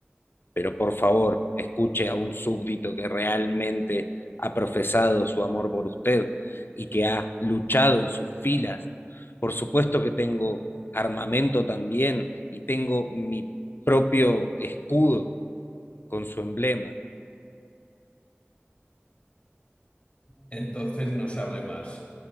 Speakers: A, on the left; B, on the left.
A: pero por favor, escuche a un súbdito que realmente ha profesado su amor por usted y que ha luchado en sus filas. Por supuesto que tengo armamento también y tengo mi propio escudo con su emblema.
B: Entonces no se hable más.